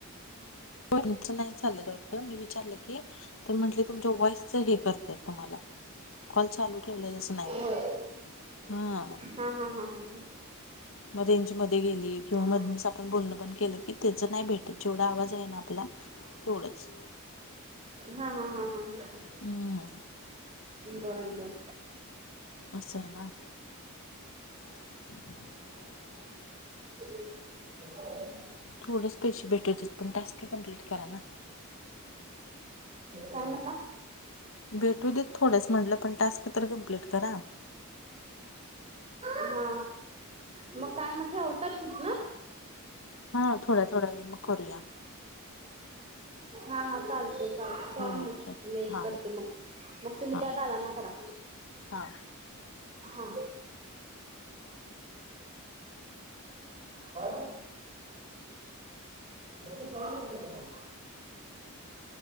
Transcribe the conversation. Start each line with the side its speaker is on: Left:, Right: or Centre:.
Left: कोच नाही चाललंत वाटत मी विचारलं की. तर म्हंटले तुमच्या वॉइसच हे करताय तुम्हाला कॉल चालू ठेवलेला. नाही
Right: होय
Left: हो ह
Right: हा हा हा हा ह.
Left: मग रेंज मध्ये गेली किंवा मधूनच
Right: हा
Left: आपण बोलणं बंद केलं की त्याच नाही भेटत. जेवढा आवाज आहे ना आपला तेवढाच.
Right: हा हा हा हा हा हा.
Left: हम्म
Right: बर बर.
Left: असय ना. हम.
Right: आई.
Left: थोडेच पैशे भेटवतेत पण टास्क कम्प्लीट करा ना.
Right: काय म्हणला.
Left: भेटू देत थोडंच म्हटलं पण टास्क तर कम्प्लीट करा.
Right: हा हा मग काय मग ठेवतात तिथंन.
Left: हा थोड्या थोड्या वेळ मग करूया.
Right: हा हा चालते चालते ठेवू
Left: हो
Right: मग
Left: चल
Right: मी
Left: हा
Right: करते मग. मग तुम्ही
Left: हा
Right: त्या दादांना करा.
Left: हा.
Right: हा. आणि. बघू जाणं तस कोण.